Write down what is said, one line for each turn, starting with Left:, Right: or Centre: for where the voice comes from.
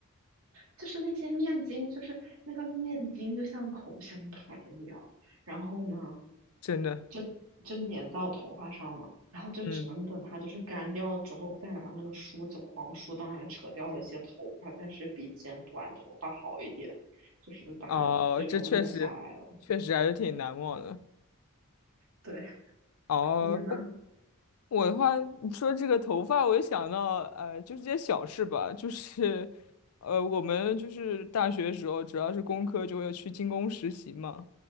Right: 就是那些面筋，就是那个面筋就像口香糖一样，然后呢，
Left: 真的，
Right: 就就粘到头发上嘛，然后就只能等它就是干掉了之后，
Left: 嗯，
Right: 再拿那个梳子狂梳，当然扯掉了一些头发，但是比剪短头发好一点，就是把它最终弄下来了。
Left: 哦，这确实，确实还是挺难忘的。
Right: 对，
Left: 哦，
Right: 你呢？
Left: 不，我的话，你说这个头发，我就想到，呃，就是这些小事吧，就是，<laughs> 呃，我们就是大学的时候，主要是工科，就会去精工实习嘛，